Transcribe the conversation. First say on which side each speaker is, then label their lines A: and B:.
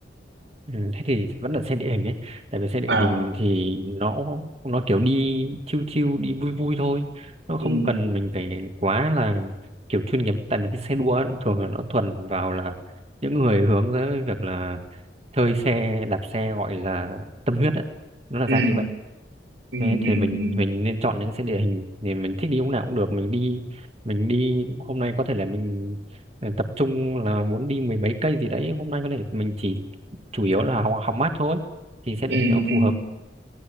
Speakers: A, on the right; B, on the right.
A: Ừ, thế thì vẫn là xe địa hình ấy tại vì xe địa
B: à
A: hình thì nó nó kiểu đi chill chill đi vui vui thôi nó không
B: ừ
A: cần mình phải quá là kiểu chuyên nghiệp tại vì cái xe đua ấy, thường là nó thuần vào là những người hướng tới việc là chơi xe đạp xe gọi là tâm huyết ấy nó là
B: ừ
A: dạng như vậy
B: ừ
A: thế
B: ừ
A: thì mình
B: ừ
A: mình nên chọn những cái địa hình thì mình thích đi lúc nào cũng được mình đi mình đi hôm nay có thể là mình ờ, tập trung là muốn đi mười mấy cây gì đấy hôm nay có thể mình chỉ chủ yếu là hóng, hóng mát thôi thì sẽ
B: ừ
A: địa hình nó
B: ừ
A: phù
B: ừ.
A: hợp